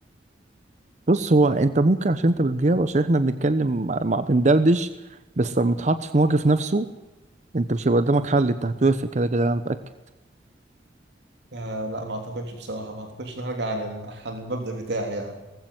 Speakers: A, on the right; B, on the right.
A: بص هو انت ممكن عشان انت بتجاوب عشان احنا بنتكلم مع مع- بندردش بس لما تحط في موقف نفسه انت مش هيبقى قدامك حل انت هتوافق كده كده انا متأكد
B: آه لا ما اعتقدش بصراحه ما اعتقدش ان هرجع عن ال- عن المبدأ بتاعي يعني